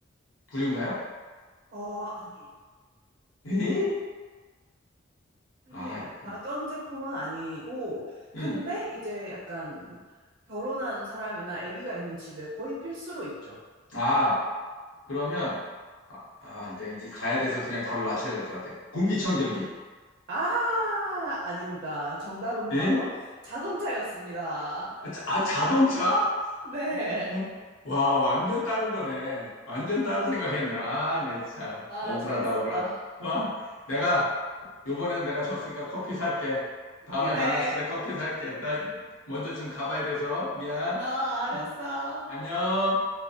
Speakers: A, on the left (about 80°); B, on the right (about 50°).
A: 부류인가요?
B: 어, 아니에요.
A: 에이?
B: 아니에요.
A: 아, 이거.
B: 가전제품은 아니고
A: 응.
B: 근데 이제 약간 결혼한 사람이나 아기가 있는 집에 거의 필수로 있죠.
A: 아, 그러면, 아, 아, 내가 이제 가야 돼서 그냥 답을 맞춰야 될 것 같아. 공기청정기.
B: 아, 아닙니다. 정답은 바로
A: 에이?
B: 자동차였습니다.
A: 아, 자- 아, 자동차?
B: 네.
A: 어? 와, 완전 다른 거네. 완전 다른 생각했네. 아, 내 참.
B: 아,
A: 억울하다,
B: 재밌었다.
A: 억울하. 아, 내가 요번엔 내가 졌으니까 커피 살게. 다음에
B: 그래.
A: 만났을 때 커피 살게. 나 먼저 지금 가봐야 돼서 미안.
B: 어,
A: 어,
B: 알았어.
A: 안녕.